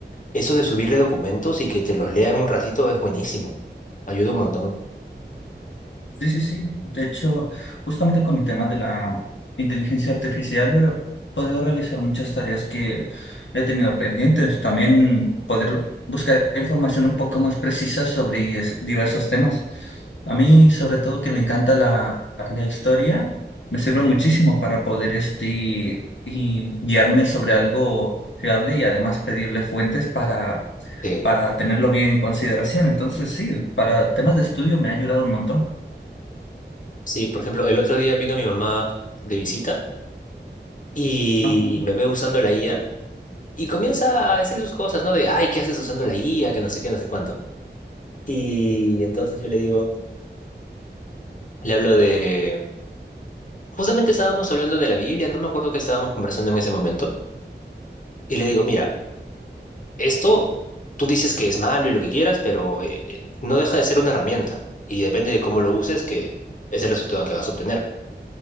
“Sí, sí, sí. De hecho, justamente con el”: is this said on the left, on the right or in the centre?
Left